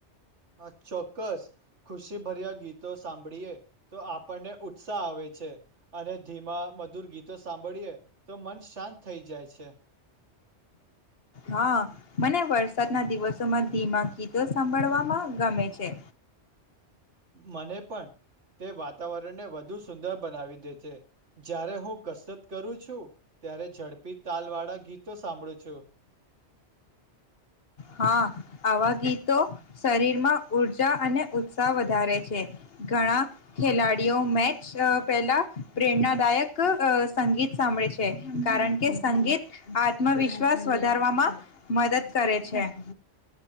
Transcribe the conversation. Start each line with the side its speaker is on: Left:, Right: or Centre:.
Right: હા ચોક્કસ, ખુશી ભર્યા. ગીતો સાંભળીએ તો આપણને ઉત્સાહ આવે છે, અને ધીમા, મધુર ગીતો સાંભળીએ તો મન શાંત થઈ જાય છે.
Left: હા, મને વરસાદના દિવસોમાં ધીમા ગીતો સાંભળવામાં ગમે છે.
Right: મને પણ તે વાતાવરણને વધુ સુંદર બનાવી દે છે, જ્યારે હું કસરત કરું છું ત્યારે ઝડપી તાલવાળા ગીતો સાંભળો છો?
Left: હા, આવા ગીતો શરીરમાં ઊર્જા અને ઉત્સાહ વધારે છે. ઘણા ખેલાડીઓ મેચ પહેલા પ્રેરણાદાયક સંગીત સાંભળે છે, કારણ કે સંગીત આત્મવિશ્વાસ વધારવામાં મદદ કરે છે. હ.